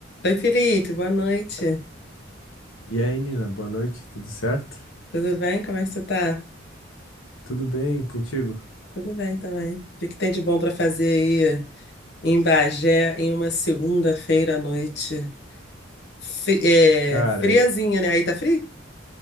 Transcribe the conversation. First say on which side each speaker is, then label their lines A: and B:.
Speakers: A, on the left; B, on the left.
A: Oi, Felipe, boa noite.
B: E aí, Nina, boa noite, tudo certo?
A: Tudo bem? Como é que você tá?
B: Tudo bem contigo?
A: Tudo bem também. O que que tem de bom para fazer aí em Bagé em uma segunda-feira à noite? Fri- é,
B: Cara,
A: friazinha,
B: é-
A: né? Aí tá frio?